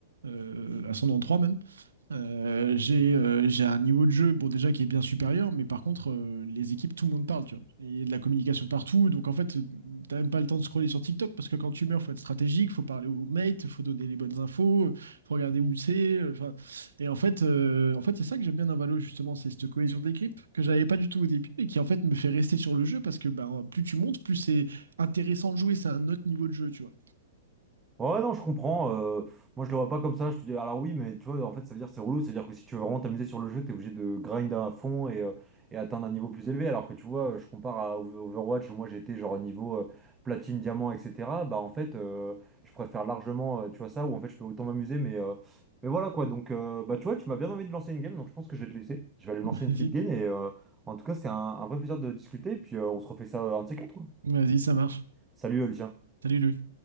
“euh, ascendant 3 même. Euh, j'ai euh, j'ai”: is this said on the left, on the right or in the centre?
Right